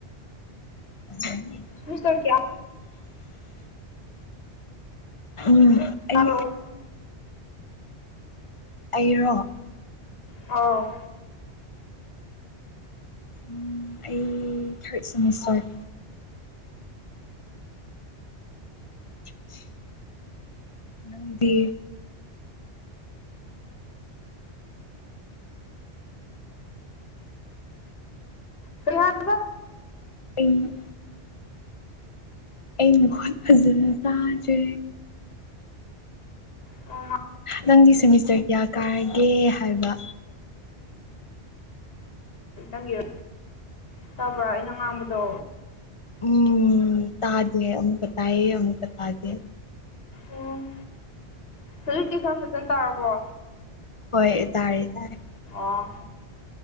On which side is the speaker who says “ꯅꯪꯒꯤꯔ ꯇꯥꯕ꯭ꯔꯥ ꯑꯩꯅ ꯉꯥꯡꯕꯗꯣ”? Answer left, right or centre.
Left